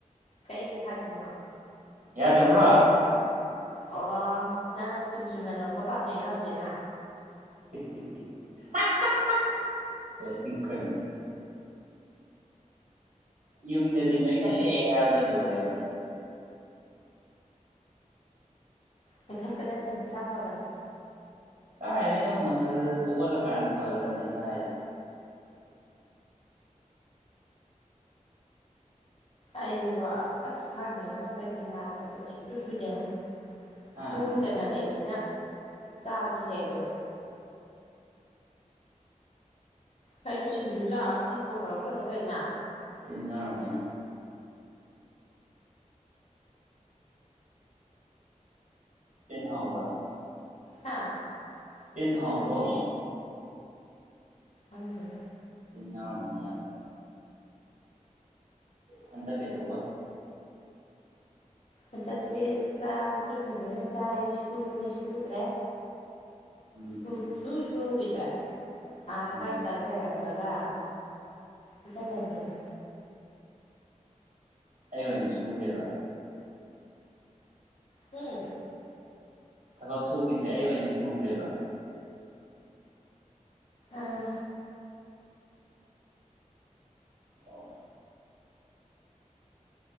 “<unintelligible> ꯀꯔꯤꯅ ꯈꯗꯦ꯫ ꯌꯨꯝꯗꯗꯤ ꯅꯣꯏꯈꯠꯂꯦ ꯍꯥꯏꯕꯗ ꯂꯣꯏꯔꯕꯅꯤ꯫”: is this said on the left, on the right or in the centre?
Right